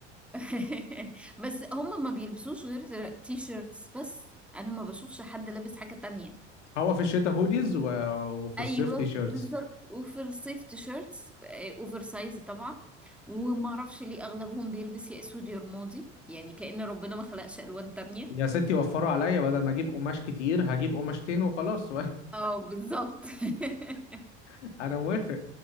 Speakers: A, in the centre; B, on the left.
A: <laughs> بس هم ما بيلبسوش غير تي شيرتس بس انا ما بشوفش حد لابس حاجة تانية
B: <laughs> هو في الشتاء هوديز و... وفي الصيف
A: ايوه
B: تي شيرتس
A: بالظبط وفي الصيف تي شيرتس اوفر سايز طبعا وما اعرفش ليه اغلبهم بيلبس يا اسود يا رمادي يعني كأن ربنا ما خلقش الوان تانية
B: يا ستي وفروا عليا بدل ما اجيب قماش كتير هجيب قماشتين وخلاص
A: اه بالظبط <laughs>
B: <laughs> انا موافق